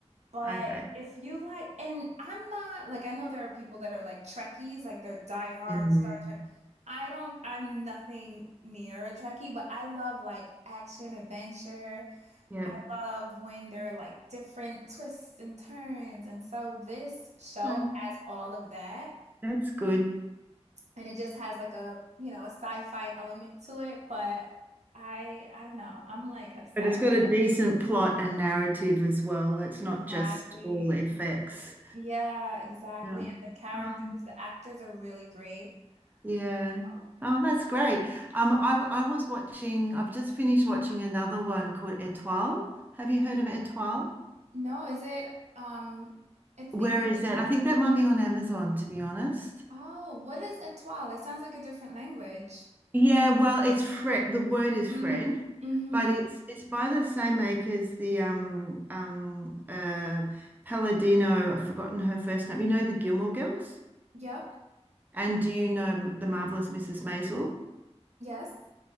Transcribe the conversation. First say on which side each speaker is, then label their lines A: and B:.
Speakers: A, on the right; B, on the right.
A: But
B: Okay.
A: if you like, and I'm not like, I know there are people that are like Trekkies, like they're diehard
B: Mm.
A: Star Trek. I don't, I'm nothing near a Trekkie, but I love like action adventure.
B: Yep.
A: I love when there are like different twists and turns. And so this show
B: Okay.
A: has all of that.
B: That's good.
A: And it just has like a, you know, a sci-fi element to it. But I, I don't know. I'm like obsessed.
B: But it's got
A: <laughs>
B: a decent plot and narrative as well. It's
A: Exactly.
B: not just all effects.
A: Yeah, exactly.
B: Yeah.
A: And the characters,
B: Um,
A: the actors are really great.
B: yeah.
A: Oh.
B: Oh, that's great. Um, I I was watching, I've just finished watching another one called Étoile. Have you heard of Étoile?
A: No, is it um it's
B: Where
A: English?
B: is that? I think that might be on Amazon, to be honest.
A: Oh, what is étoile? It sounds like a different language.
B: Yeah, well, it's French. the word is
A: Mm.
B: French,
A: Mm-hmm.
B: but it's it's by the same makers, the um um uh Palladino, I've forgotten her first name. You know the Gilmore Girls?
A: Yep.
B: And do you know M- the Marvelous Mrs. Maisel?
A: Yes.